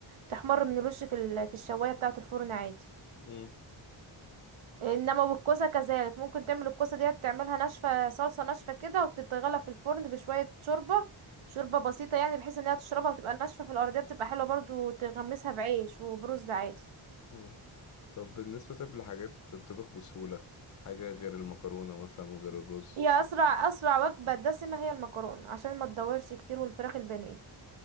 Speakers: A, on the right; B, on the left.
A: تحمر من الوش في ال... في الشوايه بتاعه الفرن عادي
B: امم
A: انما بالكوسه كذلك ممكن تعمل الكوسه ديت تعملها ناشفه صلصه ناشفه كده وتتغلى في الفرن بشويه شوربه شوربه بسيطه يعني بحيث انها تشربها وتبقى ناشفه في الارضيه بتبقى حلوه برضو تغمسها بعيش وبرز عادي
B: امم طب بالنسبه طب لحاجات تطبخ بسهوله حاجه غير المكرونه مثلا وغير الرز
A: هي اسرع اسرع وجبه دسمه هي المكرونه عشان ما تدورش كتير والفراخ البانيه